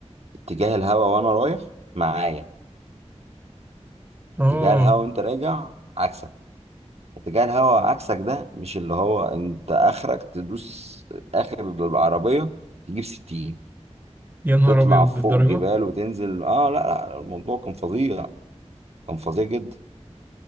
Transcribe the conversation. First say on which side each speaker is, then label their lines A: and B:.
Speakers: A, on the right; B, on the right.
A: اتجاه الهوا وانا رايح معايا
B: اه
A: اتجاه الهوا وانت راجع عكسك اتجاه الهواء عكسك ده مش اللي هو انت اخرك تدوس اخر العربية تجيب 60
B: يا نهار
A: تطلع
B: ابيض
A: فوق
B: للدرجه
A: جبال وتنزل اه لا لا الموضوع كان فظيع كان فظيع جدا